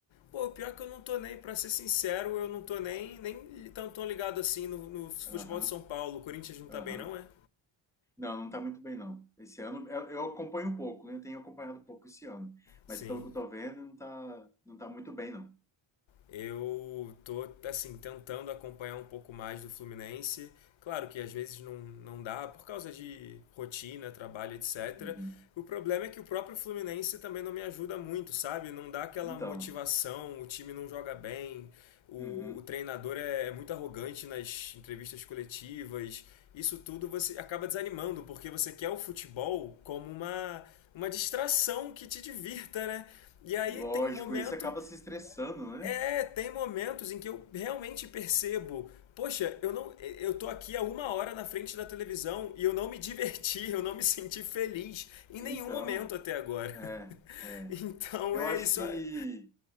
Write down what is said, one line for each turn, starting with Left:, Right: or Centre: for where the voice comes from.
Left: Pô, pior que eu não tô nem, pra ser sincero, eu não tô nem, nem tão, tão ligado assim no, no futebol
Centre: Aham,
Left: de São Paulo. O Corinthians não tá
Centre: aham.
Left: bem, não é?
Centre: Não, não tá muito bem, não. Esse ano, eu, eu acompanho um pouco, né? Eu tenho acompanhado um pouco esse ano.
Left: Sim.
Centre: Mas pelo que eu tô vendo, não tá, não tá muito bem, não.
Left: Eu tô, assim, tentando acompanhar um pouco mais do Fluminense. Claro que às vezes não, não dá por causa de rotina, trabalho, etc.
Centre: Uhum.
Left: O problema é que o próprio Fluminense também não me ajuda muito, sabe? Não dá aquela
Centre: Então,
Left: motivação, o time não joga bem, o,
Centre: uhum.
Left: o treinador é, é muito arrogante nas entrevistas coletivas. Isso tudo você acaba desanimando, porque você quer o futebol como uma, uma distração que te divirta, né? E aí
Centre: Lógico,
Left: tem momento
Centre: esse acaba se estressando, né?
Left: é, tem momentos em que eu realmente percebo, poxa, eu não, eu tô aqui há uma hora na frente da televisão e eu não me diverti, eu não me senti feliz em
Centre: Então,
Left: nenhum momento até agora.
Centre: é,
Left: <laughs>
Centre: é.
Left: Então
Centre: Eu
Left: é
Centre: acho
Left: isso.
Centre: que,
Left: é-